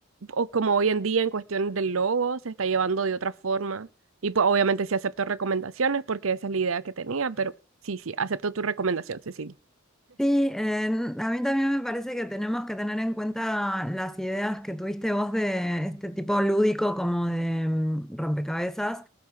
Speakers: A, on the right; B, in the centre.
A: o como hoy en día en cuestión del logo se está llevando de otra forma. Y pues obviamente sí acepto recomendaciones porque esa es la idea que tenía, pero Sí, sí, acepto tu recomendación, Cecilia.
B: Sí, eh, a mí también me parece que tenemos que tener en cuenta las ideas que tuviste vos de este tipo lúdico como de mm, rompecabezas